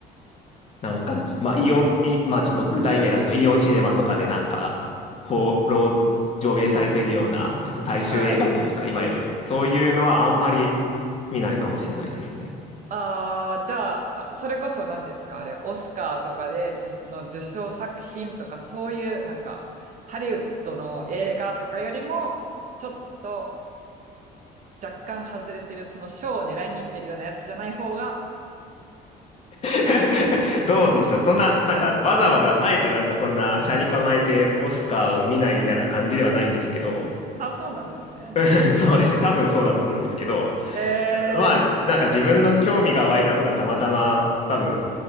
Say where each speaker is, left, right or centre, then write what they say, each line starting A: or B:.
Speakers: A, on the left (about 40°); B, on the right (about 50°).
A: なんか、まあ、イオン、イまあ、ちょっと具体名出すと、イオンシネマとかでなんか、放浪、上映されてるような、ちょっと大衆映画というか、
B: はい。
A: いわゆる、そういうのはあんまり見ないかもしれないですね。
B: ああ、じゃあ、それこそ何ですかあれ、オスカーとかで、じゅの受賞作品とか、そういう、なんか、ハリウッドの映画とかよりも、ちょっと若干外れてる、その賞を狙いに行ってるようなやつじゃない方が、
A: <laughs> どうでしょう。そんな、なんか、わざわざ、あえてなんかそんな、斜に構えてオスカーを見ないみたいな感じではないんですけど、
B: あ、そうなんですね。
A: <laughs> うんそうですね。多分そうだと思うんですけど、
B: え
A: まあ、
B: ー、
A: なんか自分の興味が湧いたのがたまたま、多分、